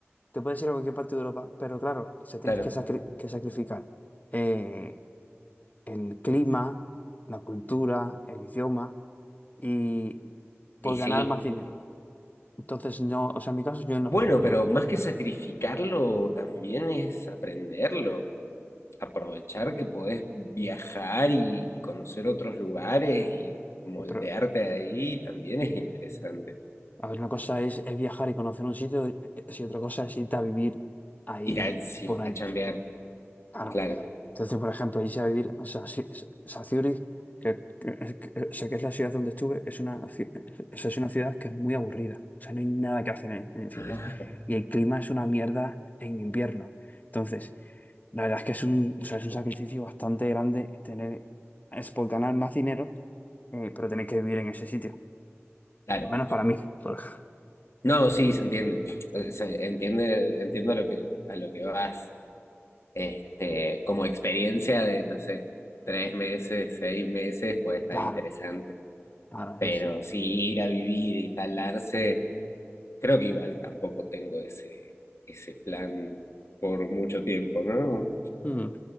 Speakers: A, on the left (about 35°); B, on the left (about 75°).
A: te puedes ir a cualquier parte de Europa, pero claro, se tienes
B: Claro.
A: que, sacri- que sacrificar eh, el clima, la cultura, el idioma, y por
B: Y sí.
A: ganar más dinero. Entonces, no, o sea, en mi caso yo no
B: Bueno,
A: lo haría
B: pero
A: por ahí.
B: más que sacrificarlo, también es aprenderlo. aprovechar que podés viajar y, y conocer otros lugares y moldearte
A: Pero,
B: ahí también es interesante.
A: a ver, una cosa es, es viajar y conocer un sitio, y y si otra cosa es irte a vivir ahí
B: Ir al, sí,
A: por años.
B: a chambear,
A: Claro,
B: claro.
A: Entonces, por ejemplo, irse a vivir, o sea, Zú- o sea, Zúrich, que, que- que- o sea, que es la ciudad donde estuve, es una, ci- o sea, es una ciudad que es muy aburrida. O sea, no hay nada que hacer en, en Zúrich.
B: Ah,
A: Y el clima es una mierda en invierno. Entonces, la verdad es que es un, o sea, es un sacrificio bastante grande tener, es por ganar más dinero, eh, pero tener que vivir en ese sitio.
B: claro.
A: Al menos para mí. por- <laughs>
B: No, sí, se entiende. Eh, Se entiende, entiendo a lo que, a lo que vas. Este, como experiencia de, no sé, tres meses, seis meses puede estar
A: Claro,
B: interesante.
A: claro,
B: Pero
A: eso sí.
B: sí, ir a vivir, instalarse. Creo que igual tampoco tengo ese, ese plan por mucho tiempo, ¿no?
A: Mm. O